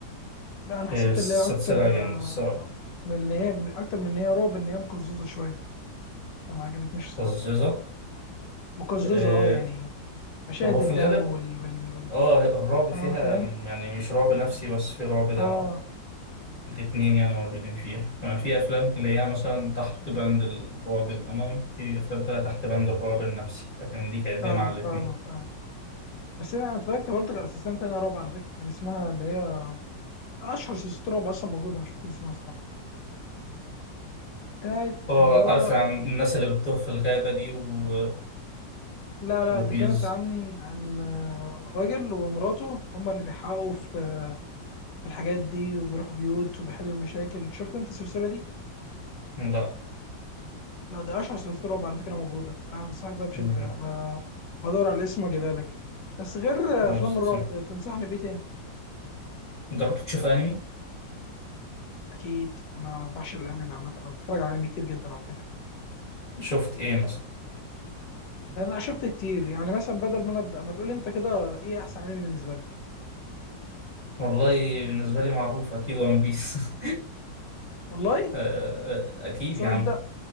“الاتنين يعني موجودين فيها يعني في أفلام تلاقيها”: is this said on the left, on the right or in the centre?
Left